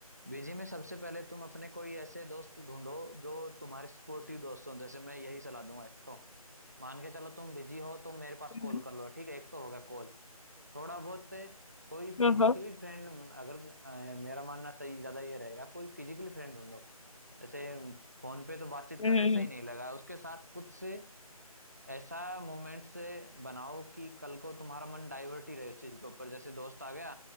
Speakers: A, on the right (about 25°); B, on the left (about 60°).
A: बीजी में सबसे पहले तुम अपने कोई ऐसे दोस्त ढूंढो जो तुम्हारे सपोर्टिव दोस्त हो जैसे मैं यही सलाह दूंगा एक तो मान के चलो तुम बिजी हो तो मेरे पास
B: हम्म
A: कॉल कर लो ठीक है एक तो होगा कॉल थोड़ा बहुत कोई
B: हाँ
A: फिजिकली फ्रेंड अगर अ, मेरा मानना सही ज्यादा ये रहेगा कोई फिजिकली फ्रेंड ढूंढो जैसे फोन पे तो बातचीत करने
B: हम्म
A: सही नहीं लगा उसके साथ कुछ से ऐसा मोमेंट से बनाओ कि कल को तुम्हारा मन डाइवर्ट ही रहे इस चीज के ऊपर जैसे दोस्त आ गया